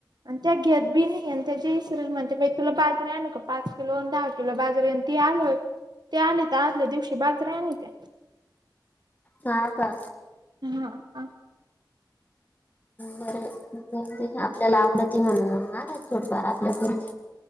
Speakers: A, on the right; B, on the left.
A: आणि त्या घेत बी नाही आणि त्याची इसरल म्हणते. तुला बाजरी आणू का पाच किलो आणि दहा किलो बाजरी ते आलं, ते आले तर आदल्या दिवशी बाजरी आणित्या.
B: हा का?
A: हा का?
B: बरं जाऊदे आपल्याला आवडती म्हणून आणायची थोडीफार आपल्या पुरती.